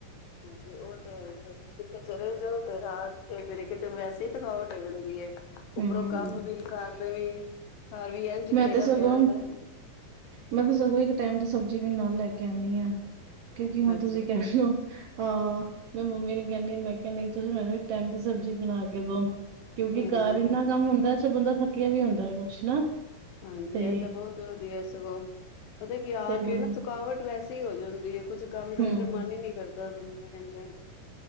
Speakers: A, on the left; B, on the right.
A: ਹਾਂਜੀ ਉਹ ਤੇ ਫ ਕਿਥੇ ਚਲੇ ਜਾਓ ਫੇਰ ਆ ਕੇ ਫਿਰ ਕਿਤੇ ਵੈਸੇ ਹੀ ਥਕਾਵਟ ਹੋ ਜਾਂਦੀ ਹੈ ਉਪਰੋਂ
B: ਹੂੰ।
A: ਕੰਮ ਵੀ ਕਰ ਵੀ ਘਰ ਵੀ ਇੰਝ
B: ਮੈਂ
A: ਖਲੇਰਾ
B: ਤੇ ਸਗੋਂ
A: ਪਿਆ ਹੁੰਦਾ
B: ਮੈਂ ਤੇ ਸਗੋਂ ਇੱਕ ਟਾਈਮ ਦੀ ਸਬਜੀ ਜ ਵੀ ਨਾਲ ਲੈ ਕੇ ਆਉਂਦੀ ਹਾਂ ਕਿਉਂਕਿ ਹੁਣ
A: ਅੱਛਾ
B: ਤੁਸੀਂ ਕਹਿ ਲ ਹੋ ਹਾਂ ਮੈਂ ਮੰਮੀ ਨੂੰ ਕਹਿੰਦੀ ਮੈਂ ਕਿਹਾ ਨਹੀਂ ਤੁਸੀਂ ਮੈਨੂੰ ਇੱਕ ਟਾਈਮ ਦੀ ਸਬਜ਼ੀ ਬਣਾ ਕੇ ਦੋ ਕਿਉਂਕਿ
A: ਹਮ
B: ਘਰ ਇੰਨਾ ਕੰਮ ਹੁੰਦਾ ਚ ਬੰਦਾ ਥੱਕਿਆ ਵੀ ਹੁੰਦਾ ਨਾ
A: ਹਾਂਜੀ
B: ਤੇ
A: ਇਹ ਤਾਂ ਬਹੁਤ ਵਧੀਆ ਸਗੋਂ ਪਤਾ ਕੀ ਆ
B: ਤੇ ਮੰਮ
A: ਕੇ ਨਾ ਥਕਾਵਟ ਵੈਸੇ ਹੋ ਜਾਂਦੀ ਹੈ ਕੁਛ ਕੰਮ ਕਰਨ
B: ਹੂੰ
A: ਦਾ ਮਨ ਹੀ ਨਹੀਂ ਕਰਦਾ ਕਿੰਦਾ